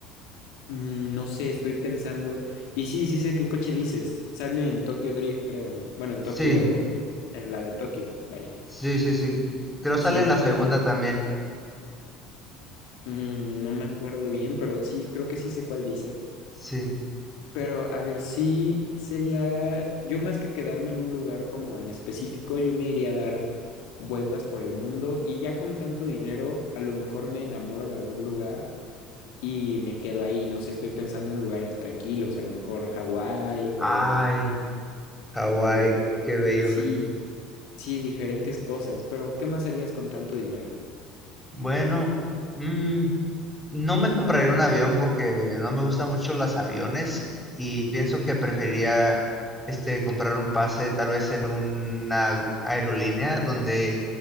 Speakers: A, on the left; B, in the centre.
A: mm, no sé, estoy pensando. Y sí, sí sé qué coche dices. Sale en Tokyo Drift, creo, ¿no? Bueno, en Tokio,
B: Sí,
A: en la de Tokio, vaya.
B: sí, sí, sí. Creo sale
A: Sí,
B: en
A: a
B: la
A: mí también
B: segunda también.
A: mm, no me acuerdo bien, pero sí, creo que sí sé cuál dices.
B: Sí.
A: Pero a ver, sí sería, yo más que quedarme en un lugar como en específico, yo me iría a dar vueltas por el mundo y ya con tanto dinero, a lo mejor me enamoro de algún lugar y me quedo ahí, no sé, estoy pensando en lugares tranquilos, a lo mejor Hawái o,
B: Ay, Hawái,
A: o
B: qué bello.
A: sí, sí, diferentes cosas, pero ¿qué más harías con tanto dinero?
B: Bueno, mm, No me compraría un avión porque no me gustan mucho los aviones y pienso que preferiría este comprar un pase tal vez en una aerolínea donde